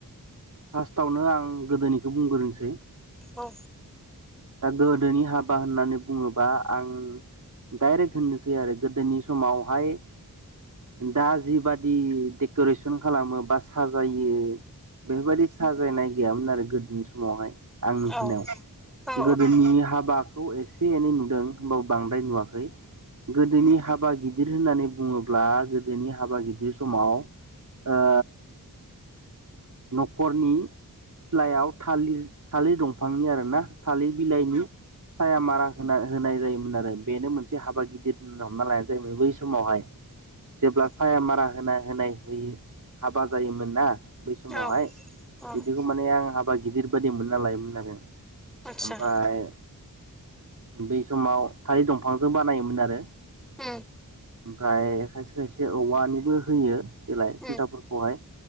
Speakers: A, on the right; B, in the centre.
A: फार्स्टआवनो आं गोदोनिखौ बुंग्रोनोसै
B: औ।
A: दा गोदोनि हाबा होननानै बुङोबा आं डाइरेक्ट होननोसै आरो गोदोनि समावहाय दा जिबादि देक'रेसन खालामो बा साजायो बेफोरबायदि साजायनाय गैयामोन आरो गोदोनि समावहाय आं मिथिनायाव
B: औ औ
A: गोदोनि हाबा खौ एसे एनै नुदों होनबाबो बांद्राय नुवाखै गोदोनि हाबा गिदिर होननानै बुङोब्ला गोदोनि हाबा गिदिर समाव ओ। न'खरनि सिथ्लायाव थालिर - थालिर दंफांनि आरोना थालिर बिलाइनि साया मारा होना होनाय जायोमोन आरो बेनो मोनसे हाबा गिदिर होनना हमना लानाय जायोमोन बै समावहाय जेब्ला साया मारा होनाय-होनाय होयो हाबा जायोमोनना बै समावहाय
B: औ औ
A: बिदिखौ माने आं हाबा गिदिर बादि मोनना लायोमोन आरो
B: आतसा
A: ओमफ्राय बै समाव थालिर दंफांजों बानायोमोन आरो
B: अ
A: ओमफ्राय खायसे खायसे औवानिबो होयो देलाय
B: अ
A: खुन्थाफोरखौहाय